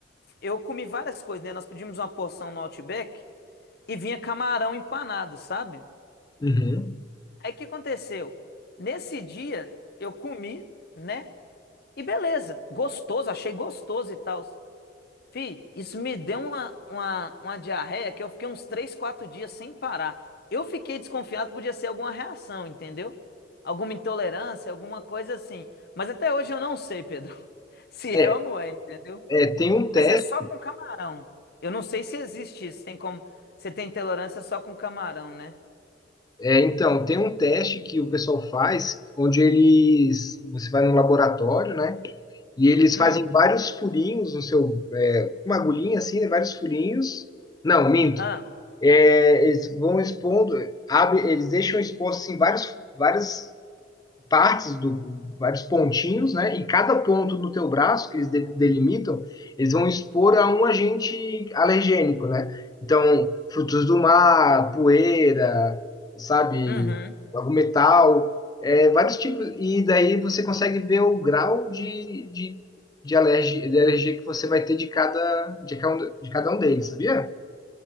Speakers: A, on the left (about 60°); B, on the left (about 20°).
A: eu comi várias coisas, né? Nós pedimos uma porção no Outback e vinha camarão empanado, sabe?
B: uhum.
A: Aí o que aconteceu? Nesse dia eu comi, né? E beleza, gostoso, achei gostoso e tal. Fih, isso me deu uma, uma, uma diarreia que eu fiquei uns 3, 4 dias sem parar. Eu fiquei desconfiado que podia ser alguma reação, entendeu? Alguma intolerância, alguma coisa assim. Mas até hoje eu não sei, Pedro, <laughs> se
B: É,
A: é ou não é, entendeu?
B: é, tem um teste,
A: Mas é só com camarão. Eu não sei se existe isso. Tem como. Você tem tolerância só com camarão, né?
B: é, então, tem um teste que o pessoal faz, onde eles, você vai no laboratório, né, e eles
A: Hum.
B: fazem vários furinhos no seu, é, uma agulhinha assim, né, vários furinhos, não, minto,
A: Ah.
B: é, eles vão expondo, abre, eles deixam expostos assim, várias, várias partes do vários pontinhos, né? E cada ponto no teu braço que eles de- delimitam, eles vão expor a um agente alergênico, né? Então, frutos do mar, poeira, sabe,
A: Uhum.
B: algum metal, é, vários tipos. E daí você consegue ver o grau de, de, de alergia, de alergia que você vai ter de cada, de cada, um- de cada um deles, sabia?